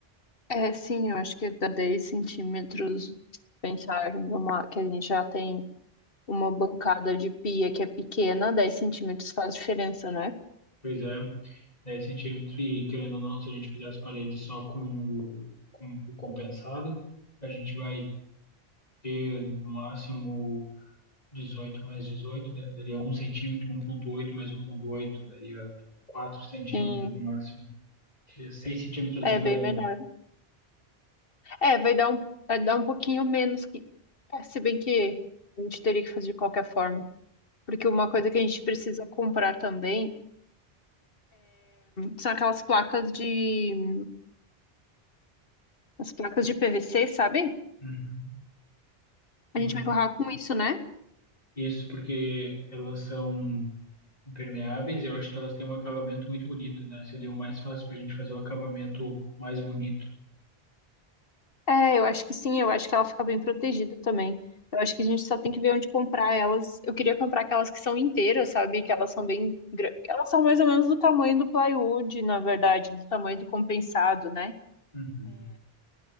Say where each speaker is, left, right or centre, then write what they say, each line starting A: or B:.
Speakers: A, on the left; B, on the left.
A: É, sim, eu acho que dá 10 centímetros pensar numa que a gente já tem uma bancada de pia que é pequena, 10 centímetros faz diferença, né?
B: Pois é, é incentivo que, querendo ou não, se a gente fizer as paredes só com o, com o compensado, a gente vai ter no máximo 18 mais 18, né? Daria um centímetro, um vírgula oito mais um vírgula oito daria quatro centímetros
A: Sim,
B: no máximo, daria 6 centímetros
A: é
B: de ganho.
A: bem melhor. É, vai dar um, vai dar um pouquinho menos que. é, se bem que a gente teria que fazer de qualquer forma. Porque uma coisa que a gente precisa comprar também são aquelas placas de. As placas de PVC, sabe?
B: Uhum,
A: A
B: Sim.
A: gente vai empurrar com isso, né?
B: Isso porque elas são impermeáveis e eu acho que elas têm um acabamento muito bonito, né? Seria o mais fácil para a gente fazer o acabamento mais bonito.
A: É, eu acho que sim, eu acho que ela fica bem protegida também. Eu acho que a gente só tem que ver onde comprar elas. Eu queria comprar aquelas que são inteiras, sabe? Que elas são bem. grandes. Elas são mais ou menos do tamanho do plywood, na verdade, do tamanho do compensado, né?
B: Uhum.